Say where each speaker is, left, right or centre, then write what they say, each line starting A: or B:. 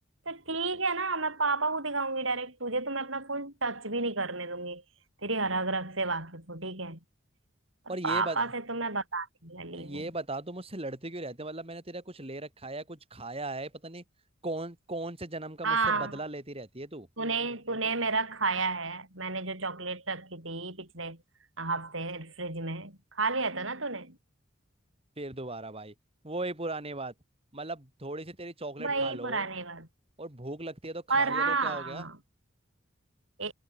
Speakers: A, on the right; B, on the right.
A: तो ठीक है ना मैं पापा को दिखाऊंगी डायरेक्ट तुझे तो मैं अपना फोन टच भी नहीं करने दूंगी तेरी हरग रग से वाकिफ हूँ ठीक है पर
B: और ये
A: पापा
B: बता
A: से तो मैं बताने वाली
B: और ये
A: हूँ
B: बता तू मुझसे लड़ते क्यों रहते हैं? मतलब मैंने तेरा कुछ ले रखा है या कुछ खाया है पता नहीं कौन कौन से जन्म का
A: हाँ
B: मुझसे
A: हाँ
B: बदला लेती रहती है तू
A: तूने तूने मेरा खाया है मैंने जो चॉकलेट रखी थी पिछले हफ्ते फ्रिज में खा लिया था ना तूने
B: फिर दोबारा भाई वो ही पुरानी बात मतलब थोड़ी सी तेरी चॉकलेट
A: वही
B: खा
A: हम्म
B: लो
A: पुराने बात
B: और भूख लगती है तो खा
A: और
B: लिया
A: हम्म
B: तो क्या हो गया
A: हाँ ए